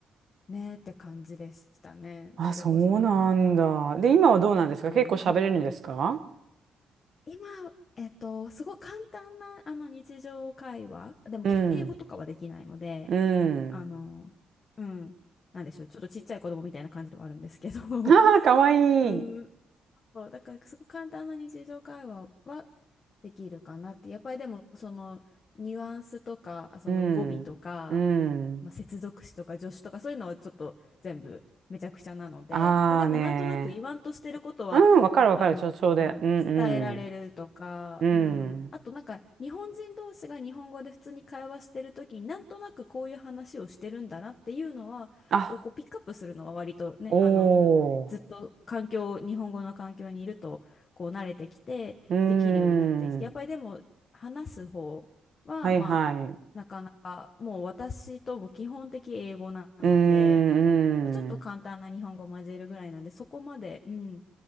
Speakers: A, on the left (about 35°); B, on the right (about 55°).
A: ねって感じでしたね。
B: あ、
A: それこそなんかあの
B: そうなんだ。で、今はどうなんですか結構喋れるんですか
A: 地域の日本語レッスン今、えっと、すごい簡単なあの日常会話でも敬語とかはできないので
B: うん。うん。
A: あの、うん、なんでしょう、ちょっとちっちゃい子供みたいな感じではあるんですけど、
B: ああ、かわいい。
A: <laughs> うん、そう、だからすごく簡単な日常会話はできるかなって。やっぱりでもそのニュアンスとか、その語尾とか、
B: うん。うん。
A: まあ、接続詞とか助詞とかそういうのはちょっと全部めちゃくちゃなので、
B: ああね。
A: まあ、でもなんとなく言わんとしてることはあの
B: うん、わかるわかる。ちょ、ちょうで。うんうん。
A: 伝えられるとか、
B: う
A: うん、
B: ん。
A: あとなんか日本人同士が日本語で普通に会話してる時になんとなくこういう話をしてるんだなっていうのはをこうピックアップするのは割とねあの
B: あ、おー。
A: ずっと環境、日本語の環境にいるとこう慣れてきてできるようになってきてやっぱりでも話す方はまあ
B: うん。はいはい。
A: なかなかもう私とも基本的英語なので、
B: うんうん。
A: まあ、ちょっと簡単な日本語混ぜるぐらいなんでそこまで、うん